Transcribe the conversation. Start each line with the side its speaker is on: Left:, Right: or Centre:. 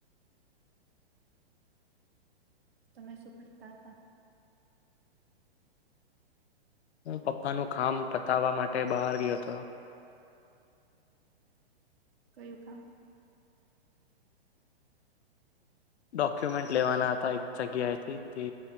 Right: તમે શુ કરતા હતા?
Left: હું પપ્પાનું કામ પતાવવા માટે બહાર ગયો હતો.
Right: કયું કામ
Left: ડોક્યુમેન્ટ લેવાના હતા એક જગ્યાએથી તે